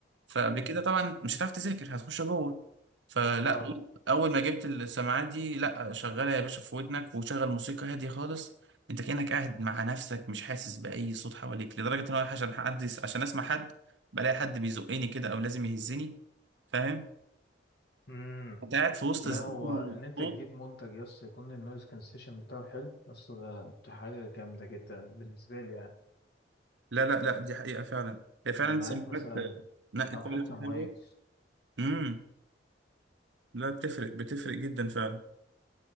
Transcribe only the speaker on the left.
مم.
اه
امم
لا
هو
ان انت تجيب منتج يس يكون النويز كانسيشن بتاعه حلو بس ده ده حاجه جامده جدا بالنسبه لي يعني
سماعات
مثلا
او
حتى مايك